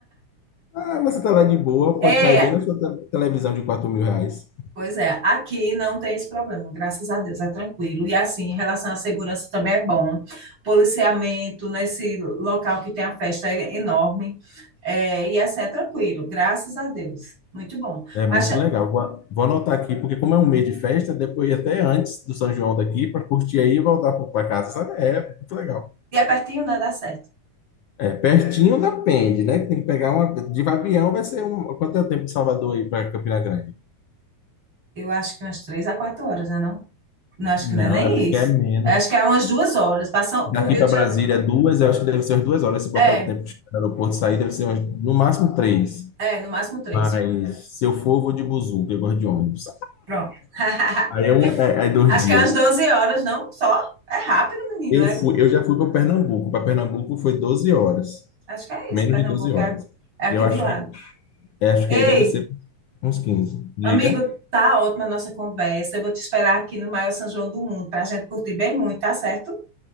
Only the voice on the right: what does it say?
é
Pois é, aqui não tem esse problema, graças a Deus, é tranquilo. E assim, em relação à segurança também é bom. Policiamento nesse local que tem a festa é enorme. É, e assim, é tranquilo, graças a Deus. Muito bom.
Mas e
é pertinho, né? Dá certo.
Eu acho que umas três a quatro horas, né? Não, não acho
que não é nem
isso.
Acho que é umas duas horas. Passam
por Rio
de
Janeiro.
É,
é, no máximo três.
Pronto. <laughs>
Acho
que é umas 12 horas, não? Só? É rápido, menino.
É
Acho que é
isso, Pernambuco
é, é aqui
de
lado.
Ei,
amigo, tá ótima a nossa conversa. Eu vou te esperar aqui no maior São João do mundo para a gente curtir bem muito, tá certo?